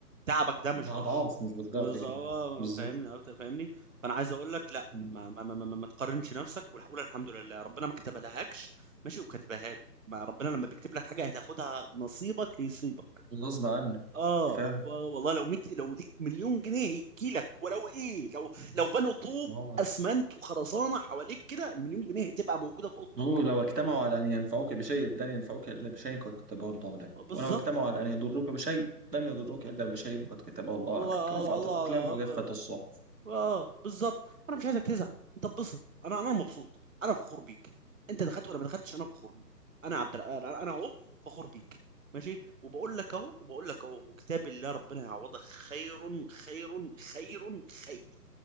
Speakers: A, on the right (about 50°); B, on the right (about 75°).
A: تعبك ده مش
B: اضعاف
A: راح
B: مش بضعف
A: بز- آه،
B: كمان بالظبط
A: آه، فاهمني آه، فاهمني فانا عايز اقول لك لا
B: مم.
A: ما ما ما, ما, ما تقارنش نفسك وقول الحمد لله ربنا ما كتبها لهاش ماشي وكتبها له ما ربنا لما بيكتب لك حاجه هتاخدها نصيبك يصيبك
B: غصب عنه
A: اه
B: فعلا
A: و- والله لو 100 لو ليك مليون جنيه هيجي لك ولو ايه لو
B: بس
A: لو بنوا طوب
B: ما هو
A: اسمنت وخرسانه حواليك كده المليون جنيه هتبقى موجوده في اوضتك
B: ما هو لو اجتمعوا على ان ينفعوك بشيء لن ينفعوك الا بشيء قد كتبه الله لك
A: آه، بالظبط
B: ولو اجتمعوا على ان يضروك بشيء لن يضروك الا بشيء قد كتبه الله
A: الله
B: عليك رفعت
A: الله
B: الاقلام
A: الله,
B: وجفت
A: الله.
B: الصحف
A: اه بالظبط انا مش عايزك تزعل انت اتبسط انا انا مبسوط انا فخور بيك انت دخلت ولا ما دخلتش انا فخور بيك انا عبد الر- انا أنا اهو فخور بيك ماشي وبقول لك اهو وبقول لك اهو وكتاب الله ربنا يعوضك خير خير خير خير